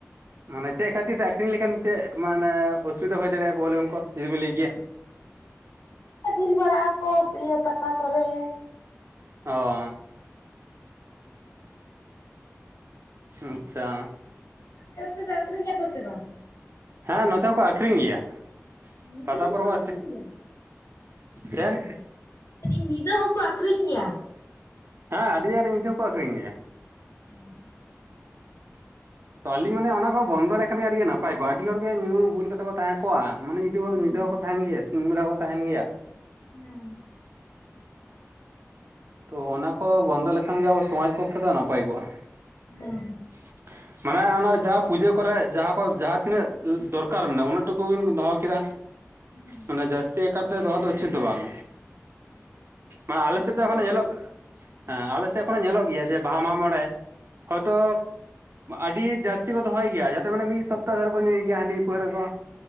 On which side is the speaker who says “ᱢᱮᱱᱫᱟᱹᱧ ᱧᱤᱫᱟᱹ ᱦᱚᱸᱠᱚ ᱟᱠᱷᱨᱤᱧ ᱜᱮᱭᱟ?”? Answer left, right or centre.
Left